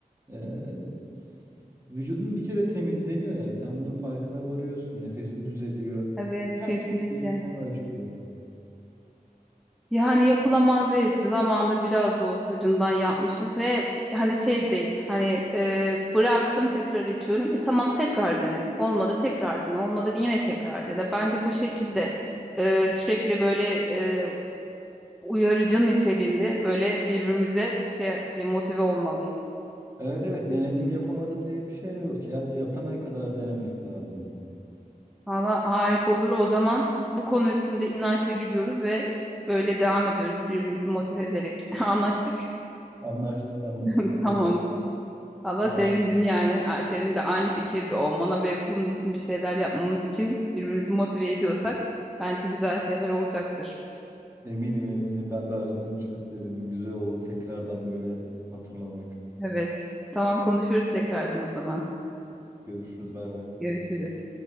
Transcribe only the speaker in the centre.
evet
kesinlikle.
Yani yapılamaz değil. Zamanında biraz da olsa ucundan yapmışız ve hani şey değil. Hani e, bıraktım tekrar içiyorum. E, tamam tekrar dene. Olmadı tekrar dene. Olmadı yine tekrar dene. Bence bu şekilde e, sürekli böyle e, uyarıcı niteliğinde böyle birbirimize şey e, motive olmalıyız.
Valla harika olur. O zaman bu konu üstünde inançla gidiyoruz ve böyle devam ediyoruz birbirimizi motive ederek. <laughs> Anlaştık.
<laughs>
Tamamdır. Valla
sevindim yani. A- Senin de aynı fikirde olmana ve bunun için bir şeyler yapmamız için birbirimizi motive ediyorsak bence güzel şeyler olacaktır.
Evet. Tamam konuşuruz tekrardan o zaman.
Görüşürüz.